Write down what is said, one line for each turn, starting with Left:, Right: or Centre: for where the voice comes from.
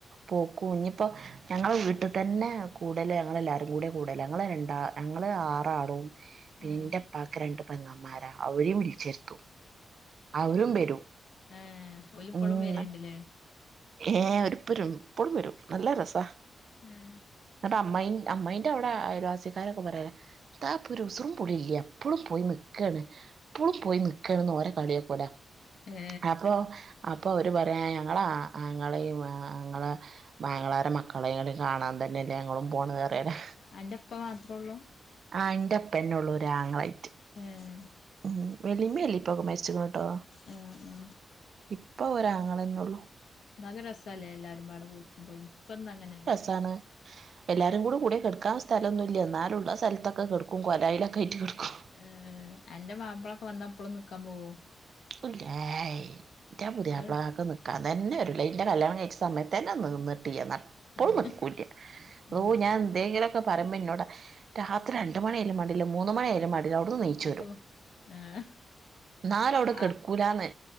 Right: പോകും ഇനിയിപ്പോ ഞങ്ങൾ വീട്ടിൽ തന്നെ കൂടല് ഞങ്ങൾ എല്ലാവാരും കൂടെ കൂടൽ ഞങ്ങള് രണ്ടാ ഞങ്ങള് ആറാളും
Left: ഏ
Right: ഇന്റപ്പാക്ക് രണ്ട് പെങ്ങമാരാ അവരെയും വിളിച്ചേർത്തു അവരും വരും
Left: ഏഹ് ഓലിപ്പളും
Right: ഉം
Left: വരണ്ടല്ലേ
Right: ഏഹ് ഒപ്പരും ഇപ്പോഴും വരും നല്ല രസാ
Left: ഏ
Right: എന്നട്ട് അമ്മയി അമ്മായിന്റെ അവിടെ അയൽവാസിക്കാരൊക്കെ പറയലാ ന്താപ്പോ ഒരുസുറും പുളിയില്ല എപ്പളും പോയി നിക്കണ് എപ്പളും പോയി നി ക്കയാണെന്ന് ഓരെ കളിയാക്കൂലെ
Left: ഏ
Right: അപ്പൊ അപ്പൊ അവര് പറയാ ഞങ്ങളാ ആങ്ങളെയും ആങ്ങളെ ആങ്ങളരെ മക്കളെട കാണാൻ തന്നെയല്ലേ ഞങ്ങളും പോണത് പറയലാ
Left: അന്റെ ഉപ്പ മാത്രള്ളൂ
Right: ആഹ് ഇന്റെപ്പന്നുള്ളരു ആങ്ങളായിട്ട്
Left: ആഹ്
Right: ഉം വെല്ലിമ്മേം വെല്ലിപ്പൊക്കെ മരിച്ചിക്ണ് ട്ടോ
Left: ആ ആ
Right: ഇപ്പ ഒരാങ്ങളന്നെ ഉള്ളൂ
Left: നല്ല രസല്ലേ എല്ലാരും പാടെ കൂടുമ്പോ ഇനിക്കൊന്നും അങ്ങനെയല്ല
Right: ചാണ് എല്ലാരും കൂടി കൂടിയ കെടക്കാൻ സ്ഥലൊന്നും ഇല്ല എന്നാലുള്ള സ്ഥലത്തൊക്കെ കെടക്കും കൊലായലൊക്കെ ആയിട്ട് കിടക്കും
Left: ഏഹ് അന്റെ മാപ്പളൊക്കെ വന്ന അപ്പോളും നിക്കാൻ പോവോ
Right: ഇല്ല ഏയ് ന്റ പുതിയാപ്ള
Left: അത്
Right: ഒക്കെ നിക്ക ൻ തന്നെ വരൂല ൻ്റെ കല്യാണം കഴിച്ച സമയത്തെ തന്നെ നിന്നിട്ടില്ല ഇപ്പളും
Left: ഏഹ്
Right: നിൽക്കൂല്ല അള്ളോഹ്
Left: ഉം
Right: ഞാൻ എതെങ്കിലൊക്കെ പറയ്മ്പോ ന്നോട് രാത്രി രണ്ട് മണിയാലും മേണ്ടില്ല മൂന്ന് മണിയായാലും മേണ്ടി ല്ല വിടുന്ന് നീച്ചു
Left: അപ്പൊ
Right: വരും
Left: ഏഹ്
Right: ന്നാലുവിടെ കെടുക്കൂലന്ന്
Left: ആ